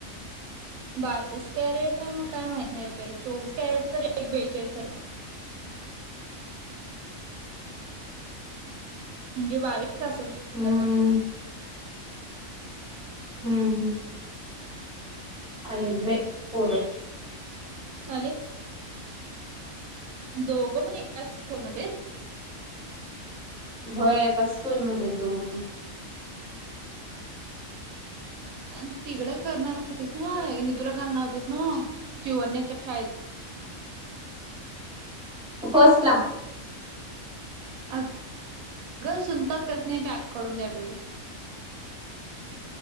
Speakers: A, on the right; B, in the centre.
A: बावीस कॅरेट काय माहित नाही बाई चोवीस कॅरेट तर एक बेचाळीस आहे. म्हणजे बावीस असल सुद्दा
B: हम्म
A: कमी.
B: हम्म, हम्म. आलेत बाई पोर.
A: आलेत? दोघं पण एकाच स्कूलमध्ये?
B: होय एका स्कूलमध्ये दोघं पण.
A: आणि तिकडं करणार होतीस ना, निदूला घालणार होतीस न्हवं चिवण्याच्या शाळेत.
B: फस्ट ला.
A: अ. अगं सुनता त्यासनी एक ऍप कडुन द्या पाहिजे.